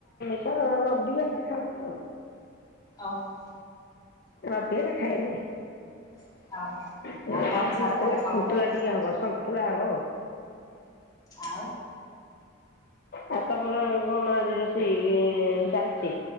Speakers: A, on the left; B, on the left.
A: ତ ରବିବାରଟା ଖାଉନା ଆଉ।
B: ଆଉ ହ।
A: ରବିବାରେ ଖାଏନି ଆ।
B: ଓହୋ। ଆଉ କଣ
A: ଏ
B: ସାଧାରେ
A: ସନ୍ତୁଳା
B: କଣ
A: ସନ୍ତୁଳା
B: କଣ ବନଉଛ
A: ଟିକେ ହବ ସନ୍ତୁଳା ହବ।
B: ଆଉ
A: ଆଉ ତମର କଣ ଆଜି ରୋଷେଇ ଇଏ ଚାଲଚି।